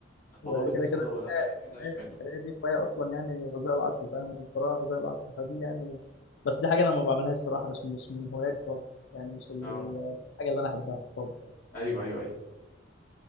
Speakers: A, on the left; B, on the left.
A: الموضوع
B: وكده
A: بالنسبه
B: كده
A: له
B: القراية
A: لا عادي ما يزهقش
B: القراية
A: منه
B: القراية دي هواية أصلا يعني غذاء العقل فاهم القراءة غذاء العقل فدي يعني بس دي حاجة أنا ما بعملهاش صراحة مش مش من هواياتي خالص يعني مش ال-
A: اه
B: ال- الحاجة اللي أنا أحبها خالص يعني
A: ايوه ايوه ايوه